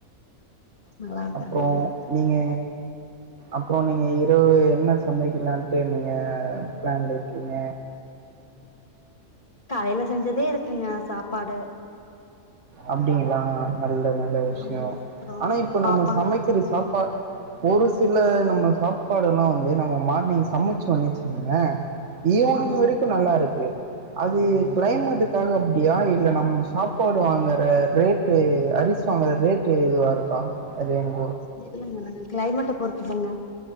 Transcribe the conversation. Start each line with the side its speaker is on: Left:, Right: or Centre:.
Left: நல்லா இருக்காங்க
Right: அப்றோ நீங்க அப்றோ நீங்க இரவு என்ன சமைக்கலான்ட்டு நீங்க பிளான்ல இருக்கீங்க?
Left: காலைல செஞ்சதே இருக்குங்க சாப்பாடு.
Right: அப்டிங்களா? நல்ல நல்ல விஷயோ.
Left: ஆமாங்க அப்புறோ
Right: ஆனா இப்ப
Left: பாப்பாங்களுக்கு
Right: நம்ம சமைக்கிற சாப்பா ஒரு சில நம்ம சாப்பாடு எல்லா வந்து நம்ம மார்னிங் சமைச்சோன்னு வச்சிக்ங்ளே ஈவனிங்
Left: ஆமாங்க
Right: வரைக்கு நல்லா இருக்கு. அது கிளைமேட்டுக்காக அப்டியா இல்ல நம்ம சாப்பா ட்டு வாங்கற ரேட்டு அரிசி வாங்கற ரேட்டு இதுவா இருக்கா அதுல எனக்
Left: தெர்லைங்க ஆனா கிளைமேட்ட பொறுத்துதாங்க.